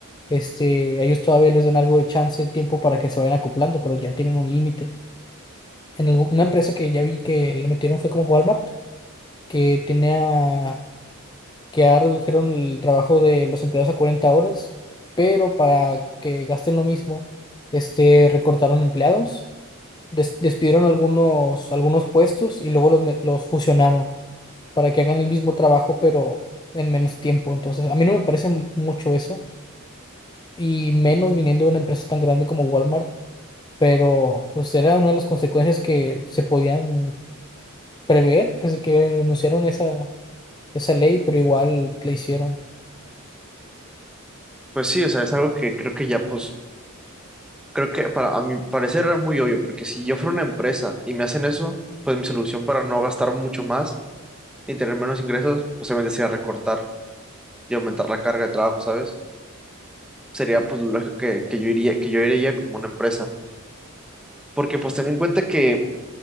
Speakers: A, on the left; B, in the centre.
A: este, a ellos todavía les dan algo de chance, tiempo para que se vayan acoplando, pero ya tienen un límite. En algún- una empresa que ya vi que le metieron fue como Walmart, que tenía, que ya redujeron el trabajo de los empleados a 40 horas, pero para que gasten lo mismo, este, recortaron empleados. des- despidieron algunos, algunos puestos y luego los, me- los fusionaron. para que hagan el mismo trabajo, pero en menos tiempo. Entonces, a mí no me parece m- mucho eso, y menos viniendo de una empresa tan grande como Walmart, pero pues era una de las consecuencias que se podían prever desde que anunciaron esa, esa ley, pero igual la hicieron.
B: Pues sí, o sea, es algo que creo que ya, pues, creo que para a mi parecer era muy obvio, porque si yo fuera una empresa y me hacen eso, pues mi solución para no gastar mucho más y tener menos ingresos, pues obviamente sería recortar y aumentar la carga de trabajo, ¿sabes? sería pues lo lógico que, que yo iría, que yo iría como una empresa. Porque pues ten en cuenta que